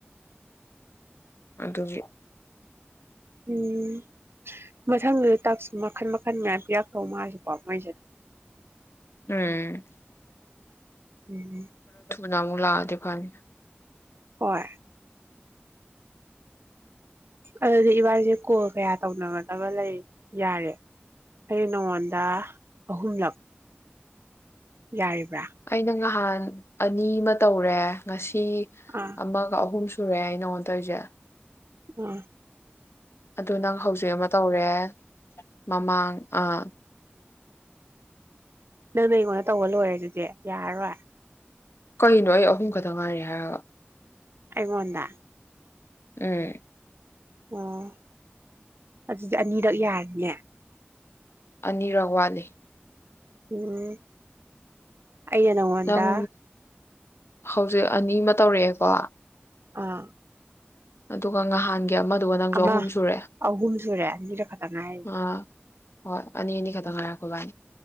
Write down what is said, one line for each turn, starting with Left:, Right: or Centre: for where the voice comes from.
Left: ꯑꯗꯨꯒꯤ꯫
Right: ꯎꯝ ꯃꯊꯪꯗ ꯇꯥꯛꯁ ꯃꯈꯟ ꯃꯈꯟ ꯉꯥꯏꯕ ꯌꯥꯛꯇꯧ ꯃꯥꯜꯂꯤꯀꫭ ꯃꯣꯏꯁꯦ꯫
Left: ꯎꯝ꯫
Right: ꯎꯝ꯫
Left: ꯅꯃꯨꯛ ꯂꯥꯛꯑꯗꯤ ꯐꯅꯤ꯫
Right: ꯍꯣꯏ꯫ ꯑꯗꯨꯗꯤ ꯏꯕꯥꯅꯤꯁꯦ ꯀꯣꯜ ꯀꯌꯥ ꯇꯧꯅꯒꯗꯕ ꯂꯩꯔꯤ ꯌꯥꯔꯤ ꯑꯩ ꯅꯉꯣꯟꯗ ꯑꯍꯨꯝꯂꯛ꯫ ꯌꯔꯤꯕ꯭ꯔꯥ꯫
Left: ꯑꯩꯅ ꯉꯥꯍꯥꯟ ꯑꯅꯤ ꯑꯃ ꯇꯧꯔꯦ ꯉꯁꯤ꯫ ꯏ
Right: ꯑꯥ
Left: ꯑꯃꯒ ꯑꯍꯨꯝꯁꯨ꯫ ꯁꯨꯔꯦ ꯑꯩ ꯅꯪꯉꯣꯟ ꯇꯧꯔꯤꯖ‌ꯦ꯫
Right: ꯎꯝ꯫
Left: ꯑꯗꯨ ꯅꯪ ꯍꯧꯖꯤꯛ ꯑꯃ ꯇꯧꯔꯦ꯫ ꯃꯃꯥꯡ ꯑꯥ꯫
Right: ꯅꯪꯅ ꯑꯩꯉꯣꯟꯗ ꯇꯧꯕ ꯂꯣꯏꯔꯦ ꯑꯗꯨꯗꯤ ꯌꯥꯔꯔꯣꯏ
Left: ꯀꯩꯅꯣ ꯑꯩ ꯑꯍꯨꯝ ꯈꯛꯇ ꯉꯥꯏꯔꯤ ꯍꯥꯏꯔꯒ
Right: ꯑꯩꯉꯣꯟꯗ
Left: ꯎꯝ
Right: ꯑꯣ ꯑꯗꯨꯗꯤ ꯑꯅꯤꯔꯛ ꯌꯥꯔꯤꯅꯦ
Left: ꯑꯅꯤꯔꯛ ꯋꯥꯠꯂꯤ
Right: ꯎꯝ ꯑ ꯅꯉꯣꯟꯗ
Left: ꯅꯪ ꯍꯧꯖꯤꯛ ꯑꯅꯤ ꯑꯃ ꯇꯧꯔꯛꯑꯦꯀꯣ
Right: ꯑꯥ
Left: ꯑꯗꯨꯒ ꯉꯍꯥꯟ ꯑꯃꯗꯨꯒ ꯅꯪꯁꯨ
Right: ꯑꯃ
Left: ꯑꯍꯨꯝ ꯁꯨꯔꯑꯦ
Right: ꯑꯍꯨꯝ ꯁꯨꯔꯦ ꯑꯅꯤꯔꯛ ꯈꯛꯇ ꯉꯥꯏꯔꯤ
Left: ꯑꯥ ꯍꯣꯏ ꯑꯅꯤ ꯑꯅꯤ ꯈꯛꯇ ꯉꯣꯏꯔꯦ ꯑꯩꯈꯣꯏꯕꯥꯅꯤ